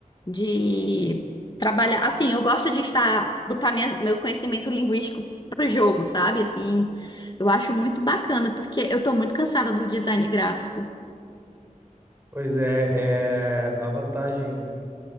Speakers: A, on the left; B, on the right.
A: de trabalhar, assim, eu gosto de estar botar minha- meu conhecimento linguístico pro jogo, sabe? Assim, eu acho muito bacana porque eu tô muito cansada do design gráfico.
B: Pois é, é a vantagem